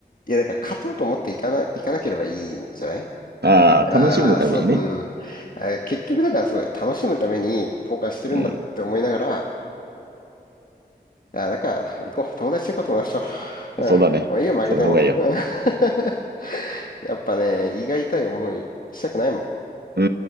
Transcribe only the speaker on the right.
ああ、
楽しむためにね。
うん、
そうだね。
その方がいいよ。
う